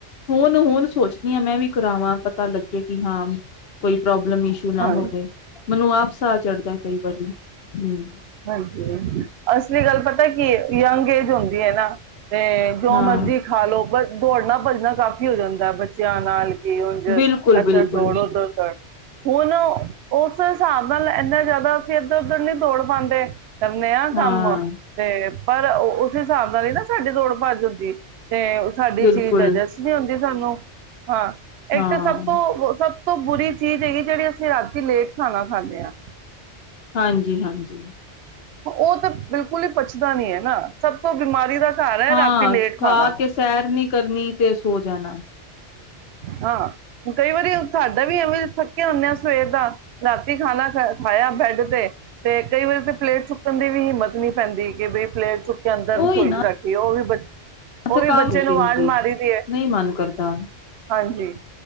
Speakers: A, on the left; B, on the right.
A: ਹੁਨ ਹੁਨ ਸੋਚਦੀ ਆ ਮੈਂ ਵੀ ਕਰਾਵਾਂ, ਪਤਾ ਲੱਗੇ ਕਿ ਹਾਂ ਕੋਈ ਪ੍ਰੋਬ ਲਮ ਇਸ਼ੂ ਨਾ
B: ਹਾਂ
A: ਹੋਵੇ, ਮੈਨੂੰ ਆਪ ਸਾਹ ਚੜਦਾ ਕਈ ਵਾਰੀ। ਹੂੰ।
B: ਹਾਂਜੀ, ਅਸਲੀ ਗੱਲ ਪਤਾ ਕੀ ਏ ਯੰਗ ਏਜ ਹੁੰਦੀ ਹੈ ਨਾ ਤੇ ਜੋ
A: ਹਾਂ
B: ਮਰਜੀ ਖਾ ਲੋੋ ਬ ਦੌੜਨਾ ਪੱਜਣਾ ਕਾਫੀ ਹੋ ਜਾਂਦਾ ਬ ਚੇਆ ਨਾਲ ਕੇ, ਉਂਝ
A: ਬਿਲਕੁਲ
B: ਇਧਰ
A: ਬਿਲਕੁਲ
B: ਦੌੜ, ਓਧਰ ਦੜ। ਹੁਨ ਓਸ ਈਸਾਬ ਨਾਲ ਏਨਾ ਜਾਦਾ ਅਸੀ ਇੱਧਰ ਓਧਰ ਨਈ ਦੋੜ ਪਾਂਦੇ। ਤੇ ਕਰਨੇ ਆ
A: ਹਾਂ
B: ਕੰਮ, ਤੇ ਪਰ ਓਸ ਹਿਸਾਬ ਨਾਲ ਹੀ ਨਾ ਸਾਡੀ ਦੋੜ ਭੱਜ ਹੂੰ, ਤੇ ਸਾਡੀ
A: ਬਿਲਕੁਲ
B: ਚੀਜ ਡਾਏਜਸਟ ਨੀ ਹੁੰਦੀ ਸਾਨੂੰ। ਹਾਂ, ਇੱਕ
A: ਹਾਂ
B: ਤ ਸਭ ਤੋਂ, ਸਭ ਤੋਂ ਬੁਰੀ ਚੀਜ ਹੈਗੀ ਜੇੜੀ ਅਸੀਂ ਰਾਤ ਤੀ ਲੇਟ ਖਾਨਾ ਖਾਨੇ ਆ।
A: ਹਾਂਜੀ, ਹਾਂਜੀ।
B: ਓ ਤਾਂ ਬਿਲਕੁਲ ਹੀ ਪਚਦਾ ਨਈ ਐ ਨਾ, ਸਭ ਤੋਂ ਬਿਮਾਰੀ ਦਾ ਘਰ ਹੈ
A: ਹਾਂ,
B: ਰਾਤੀ ਲੇਟ
A: ਖਾ
B: ਖਾਣਾ
A: ਕੇ ਸੈਰ ਨਈ ਕਰਨੀ ਤੇ ਸੋ ਜਾ ਨਾ।
B: ਹਾਂ, ਕਈ ਵਾਰੀ ਸਾਡਾ ਵੀ ਐਵੇਂ ਥੱਕੇ ਹੋਨੇ ਆ ਸਵੇਰ ਦਾ, ਰਾਤੀ ਖਾਨਾ ਖ ਖਾਯਾ ਬੈਡ ਤੇ, ਤੇ ਕਈ ਵਾਰੀ ਤੇ ਪਲੇਟ ਚੁੱਕਨ ਦੀ ਵੀ ਹਿੰਮਤ ਨਈ ਪੈਂਦੀ ਕਿ ਬਈ ਪਲੇਟ ਚੁੱਕ ਕੇ ਅੰਦਰ
A: ਉਹੀ
B: ਰਸੋਈ
A: ਨਾ
B: ਚ ਰੱਖੀਏ, ਓਹ ਵੀ ਬੱ ਓ
A: ਥਕਾਵ
B: ਵੀ ਬੱਚੇ ਨੂੰ
A: ਦਿਨ
B: ਆਵਾਜ ਮਾਰੀ ਦੀ ਏ।
A: ਨਹੀਂ ਮਨ ਕਰਦਾ
B: ਹਾਂਜੀ,